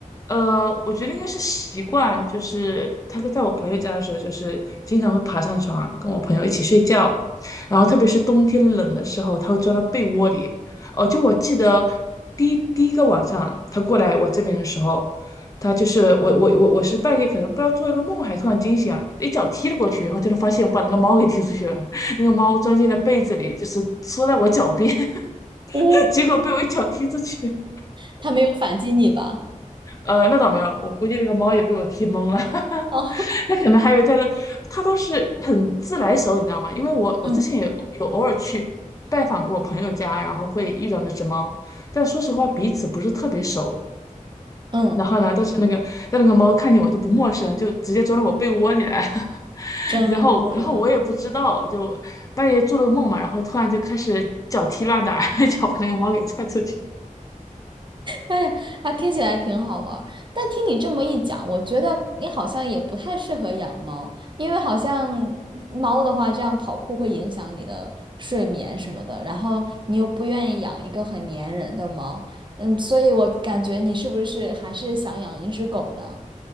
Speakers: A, on the left; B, on the right.
A: 呃，我觉得应该是习惯，就是他跟在我朋友家的时候，就是经常会爬上床啊跟我朋友一起睡觉，然后特别是冬天冷的时候，他会钻到被窝里。哦，就我记得第一第一个晚上他过来我这边的时候，他就是我我我我是半夜可能不知道做了个梦，还突然惊醒啊，一脚踢了过去，然后就能发现我把那个猫给踢出去了，<laughs> 那个猫钻进了被子里，就是缩在我脚边，
B: 哦，
A: <laughs> 结果被我一脚踢出去。
B: 它没有反击你吧？
A: 呃，那倒没有，我估计那个猫也被我踢懵了。<laughs>
B: 哦，
A: 他可能还以为他的，他都是很自来熟，你知道吗？因为我我之前也有偶尔去拜访过我朋友家，
B: <laughs> 嗯
A: 然后会遇到那只猫，但说实话彼此不是特别熟。
B: 嗯，
A: 然后呢，但是那个但那个猫看见我都不陌生，就直接钻到我被窝里来，<laughs>
B: 真的，
A: 然后然后我也不知道，就半夜做了个梦嘛，然后突然就开始脚踢乱打，<laughs> 一脚把那个猫给踹出去。
B: 哎呀，还听起来挺好玩儿。但听你这么一讲，我觉得你好像也不太适合养猫，因为好像猫的话，这样跑酷会影响你的睡眠什么的，然后你又不愿意养一个很粘人的猫，嗯，所以我感觉你是不是还是想养一只狗呢？